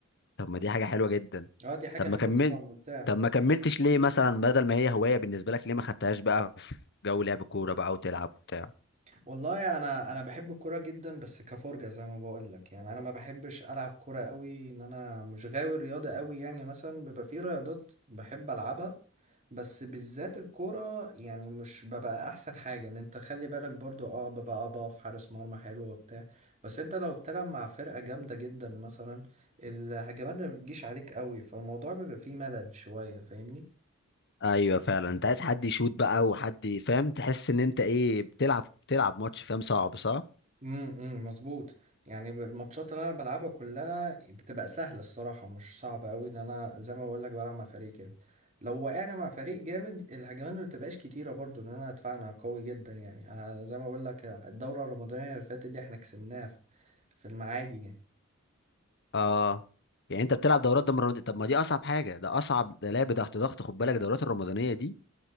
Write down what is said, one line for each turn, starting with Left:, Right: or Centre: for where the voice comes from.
Left: طب ما دي حاجة حلوة جدا
Right: اه دي حاجة
Left: طب
Right: حلوة
Left: ما كمل
Right: طبعا ممتعة
Left: طب ما كملتش ليه مثلا بدل ما هي هواية بالنسبة لك ليه ما خدتهاش بقى في جو لعب كورة بقى وتلعب بتاع
Right: والله انا انا بحب الكوره جدا بس كفرجه زي ما بقول لك يعني انا ما بحبش العب كوره قوي ان انا مش غاوي رياضه قوي يعني مثلا بيبقى في رياضات بحب العبها بس بالذات الكوره يعني مش ببقى احسن حاجه ان انت خلي بالك برضو اه ببقى اقف حارس مرمى حلو وبتاع بس انت لو بتلعب مع فرقه جامده جدا مثلا الهجمات ما بتجيش عليك قوي فالموضوع بيبقى فيه ملل شويه فاهمني
Left: ايوه فعلا انت عايز حد يشوت بقى وحد فاهم تحس ان انت ايه بتلعب بتلعب ماتش فاهم صعب صح
Right: امم أمم، مظبوط يعني الماتشات اللي انا بلعبها كلها بتبقى سهله الصراحه مش صعبه قوي لان انا زي ما بقول لك بلعب مع فريق كامل لو وقعنا مع فريق جامد الهجمات ما بتبقاش كتيره برضو لان انا دفاعنا قوي جدا يعني انا زي ما بقول لك الدوره الرمضانيه اللي فاتت دي احنا كسبناها في في المعادي يعني
Left: اه يعني انت بتلعب دورات ده مرة طب ما دي اصعب حاجة ده اصعب ده لعب تحت ضغط خد بالك الدورات الرمضانية دي